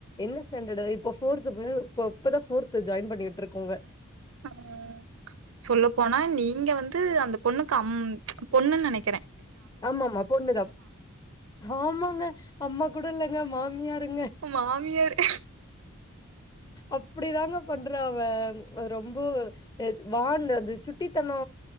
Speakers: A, on the left; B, on the right.
A: என்ன ஸ்டாண்டர்ட்டு இப்ப ஃபோர்த் போயி தா இப்பதா ஃபோர்த்து ஜாயின் பண்ணி உட்ருக்கோங்க
B: ம் சொல்ல போனா நீங்க வந்து அந்த பொண்ணுக்கு அம் பொண்ணுன் நெனைக்கிறே
A: ஆமா ஆமா பொண்ணுதா ஆமாங்க அம்மா கூட இல்லங்க மாமியாருங்க
B: மாமியாரு
A: அப்டிதாங்க பண்றா அவ அது ரொம்ப எத் வாண்டு அது சுட்டித்தனோ